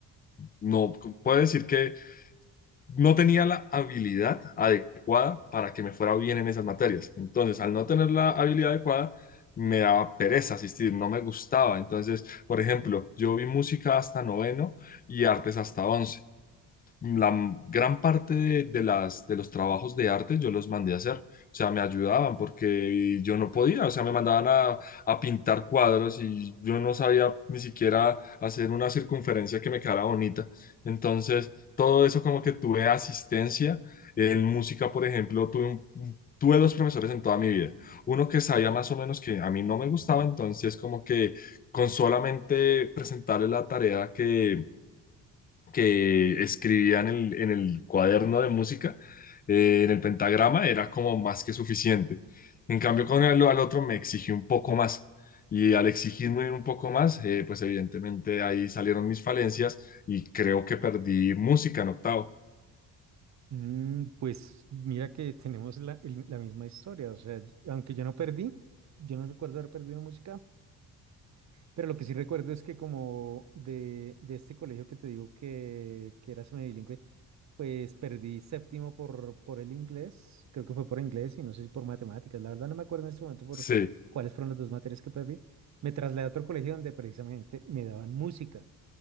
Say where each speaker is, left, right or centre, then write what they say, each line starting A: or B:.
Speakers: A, on the left; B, on the right.
A: no, puedo decir que no tenía la habilidad adecuada para que me fuera bien en esas materias. Entonces, al no tener la habilidad adecuada, me daba pereza asistir, no me gustaba. Entonces, por ejemplo, yo vi música hasta noveno y artes hasta once la m- gran parte de, de las, de los trabajos de arte yo los mandé a hacer, o sea, me ayudaban porque yo no podía, o sea, me mandaban a, a pintar cuadros y yo no sabía ni siquiera hacer una circunferencia que me quedara bonita. Entonces, todo eso como que tuve asistencia. En música, por ejemplo, tuve un- un- Tuve dos profesores en toda mi vida. Uno que sabía más o menos que a mí no me gustaba, entonces como que con solamente presentarle la tarea que, que escribía en el, en el cuaderno de música, eh, en el pentagrama, era como más que suficiente. En cambio, con el al otro me exigí un poco más. Y al exigirme un poco más, eh, pues evidentemente ahí salieron mis falencias y creo que perdí música en octavo.
B: Mm, pues mira que tenemos la, el- la misma historia, o sea, y- aunque yo no perdí, yo no recuerdo haber perdido música, Pero lo que sí recuerdo es que como de, de este colegio que te digo que, que era semibilingüe, pues perdí séptimo por, por el inglés, creo que fue por inglés y no sé si por matemáticas, la verdad no me acuerdo en este momento por
A: Sí,
B: cuáles fueron las dos materias que perdí. Me trasladé a otro colegio donde precisamente me daban música.